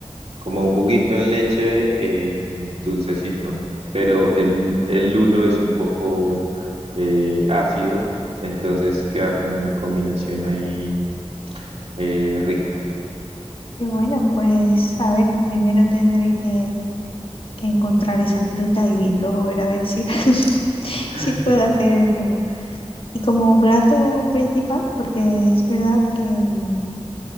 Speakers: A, on the right; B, on the left.
A: como un juguito en leche eh, dulcecito, pero el,
B: Mm,
A: el lulo es un poco eh, ácido, entonces queda como una combinación ahí eh, rica.
B: Qué bueno, pues a ver, primero tendré que que encontrar esa fruta y luego ver a ver si, <laughs>
A: <laughs>
B: si puedo hacer el zumo. Y como plato principal, porque es verdad que, mm,